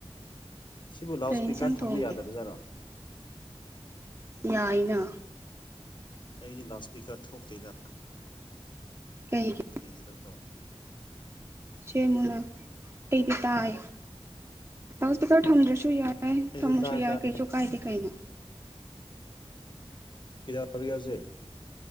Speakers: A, on the left; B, on the right.
A: ꯁꯤꯕꯨ ꯂꯥꯎꯠ
B: ꯀꯩ
A: ꯁ꯭ꯄꯤꯀꯔ
B: ꯏꯟꯁꯥꯡ
A: ꯊꯝꯕ
B: ꯊꯣꯡꯒꯦ
A: ꯌꯥꯗꯕꯖꯥꯔꯣ
B: ꯌꯥꯏꯅ
A: ꯑꯩꯗꯤ ꯂꯥꯎꯠ ꯁ꯭ꯄꯤꯀꯔ ꯊꯣꯛꯇꯦꯗ
B: ꯀꯩꯒꯤ
A: ꯀ꯭ꯔꯤꯒꯤꯔ ꯀꯣ
B: ꯁꯦꯝꯃꯨꯅ ꯑꯩꯗꯤ ꯇꯥꯏ ꯂꯥꯎꯠ ꯁ꯭ꯄꯤꯀꯔ ꯊꯝꯗ꯭ꯔꯁꯨ
A: ꯑꯩ
B: ꯌꯥꯏ
A: ꯑꯩꯁꯨ
B: ꯊꯝꯃꯁꯨ
A: ꯇꯥꯏ
B: ꯌꯥꯏ
A: ꯇꯥꯏ
B: ꯀꯩꯁꯨ ꯀꯥꯏꯗꯦ ꯀꯩꯅꯣ
A: ꯀꯤꯗꯧꯔꯤꯒꯦ ꯍꯧꯖꯤꯛ